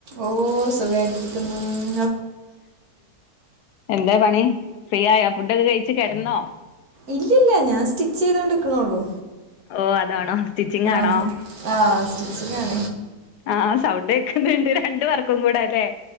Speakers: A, on the right (about 65°); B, on the left (about 85°).
A: ഓ സുഖായിട്ടരിക്കുന്ന
B: എന്താ പണി ഫ്രീ ആയ ഫുഡൊക്കെ കഴിിച്ചു കിടന്നോ
A: ഇല്ലല്ല ഞാൻ സ്റ്റിച്ച് ചെയ്തൊണ്ട് ഇക്കണള്ളൂ
B: ഓ അതാണോ സ്റ്റിച്ചിങ്
A: ആഹ
B: ആണോ
A: ആഹ സ്റ്റിച്ച് കാണ
B: ആഹ സൗണ്ട് കേക്കുന്നുണ്ട് രണ്ട വർക്കും കൂട അല്ലേ